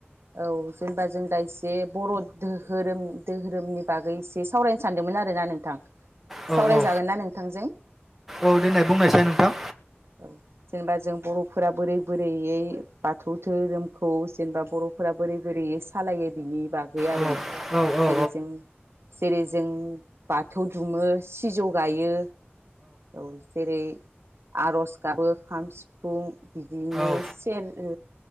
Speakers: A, on the right; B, in the centre.
A: औ जेनेबा जों दा एसे बर दोहोरोम दोहोरोमनि बागै एसे सावरायनो सानदोंमोन आरोना नोंथां
B: औ
A: सावरायजागोन
B: औ
A: ना नोंथांजों
B: औ देनाय बुंनायसाय नोंथां
A: औ जेनेबा जों बर'फोरा बोरै बोरैयै बाथौ धोरोमखौ जेनेबा बर'फोरा बोरै बोरैयै सालायो बिनि बागै आरोना
B: औ औ औ
A: जेरै जों जेरै जों बाथौ दुमो सिजौ गायो औ जेरै आरज गाबो खाम सिफुं बिदिनो
B: औ
A: सेर ओ